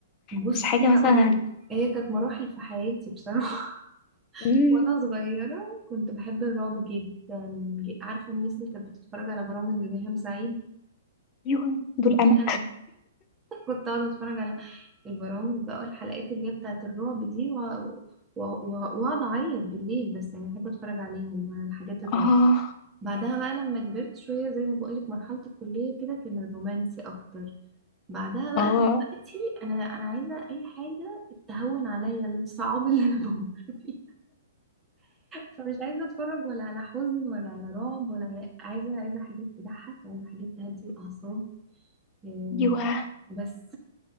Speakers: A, on the right; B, on the left.
A: بصي
B: مش حاجة مثلا
A: هقولك هي كانت مراحل في حياتي بصراحة <laughs>
B: مم،
A: وانا صغيرة كنت بحب الرعب جدا عارفة الناس اللي كانت بتتفرج على برامج ريهام سعيد
B: ايوه دول
A: دي
B: أنا
A: انا كنت اقعد اتفرج على البرامج بقى الحلقات اللي هي بتاعت الرعب دي و- و- و- واقعد اعيط بالليل بس يعني احب اتفرج عليهم على الحاجات الرعب
B: اه
A: بعدها بقى لما كبرت شويه زي ما بقولك مرحله الكليه كده كان الرومانسي اكتر بعدها بقى
B: اه
A: دلوقتي انا انا عايزه اي حاجه تهون عليا الصعاب اللي انا <laughs> بمر فيها فمش عايزه اتفرج ولا على حزن ولا على رعب ولا على- عايزه عايزه حاجات تضحك عايزه حاجات تهدي الاعصاب إيه،
B: ايوه
A: بس